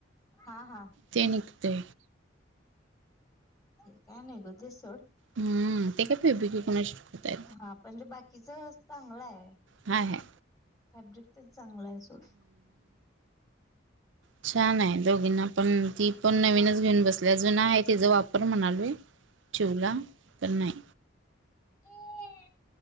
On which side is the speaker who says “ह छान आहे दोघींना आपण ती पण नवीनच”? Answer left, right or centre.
Right